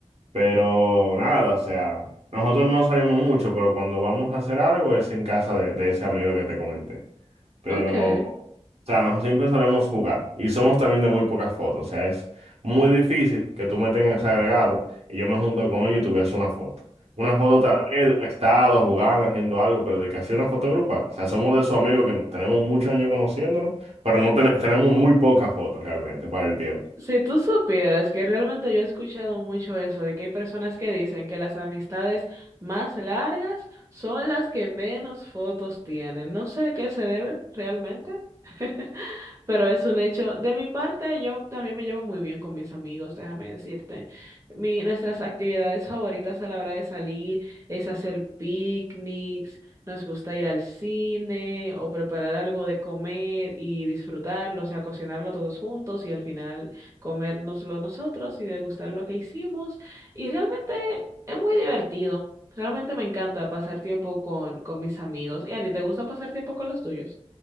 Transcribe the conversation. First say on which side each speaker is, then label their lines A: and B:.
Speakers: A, on the right (about 65°); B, on the right (about 25°).
A: Pero nada, o sea, nosotros no salimos mucho, pero cuando vamos a hacer algo es en casa de, de ese amigo que te comenté. Pero,
B: Ok.
A: o
B: <laughs>
A: sea, nosotros siempre solemos jugar y somos también de muy pocas fotos. O sea, es muy difícil que tú me tengas agregado y yo me junto con ellos y tú veas una foto. Una foto tal vez de un estado, jugando, haciendo algo, pero de que hacía una foto grupal. O sea, somos de esos amigos que no- tenemos muchos años conociéndonos, pero no ten- tenemos muy pocas fotos realmente para el tiempo.
B: Si tú supieras que realmente yo he escuchado mucho eso, de que hay personas que dicen que las amistades más largas son las que menos fotos tienen. No sé a qué se debe realmente, <laughs> pero es un hecho. De mi parte, yo también me llevo muy bien con mis amigos, déjame decirte. Mi, nuestras actividades favoritas a la hora de salir es hacer picnics, nos gusta ir al cine o preparar algo de comer y disfrutarlo, o sea, cocinarlo todos juntos y al final comérnoslo nosotros y degustar lo que hicimos. Y realmente es muy divertido. Realmente me encanta pasar tiempo con, con mis amigos. ¿Y a ti te gusta pasar tiempo con los tuyos?